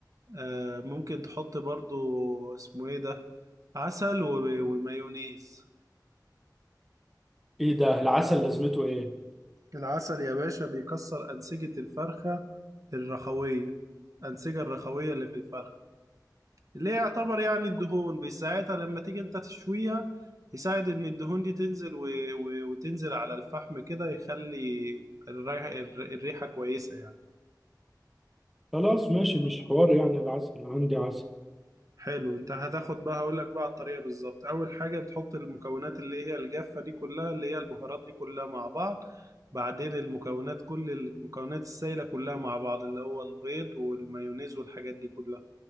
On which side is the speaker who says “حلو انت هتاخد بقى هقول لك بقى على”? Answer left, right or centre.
Right